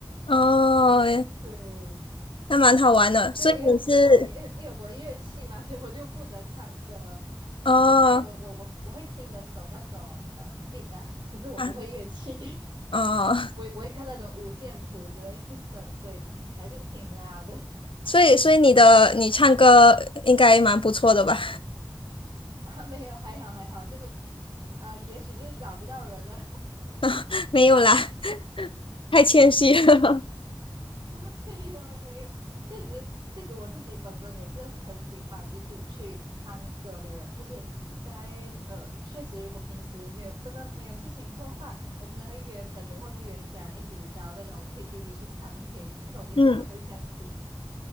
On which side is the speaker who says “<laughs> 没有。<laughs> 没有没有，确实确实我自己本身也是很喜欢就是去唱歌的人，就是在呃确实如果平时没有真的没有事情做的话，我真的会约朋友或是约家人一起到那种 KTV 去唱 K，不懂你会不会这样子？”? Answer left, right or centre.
Right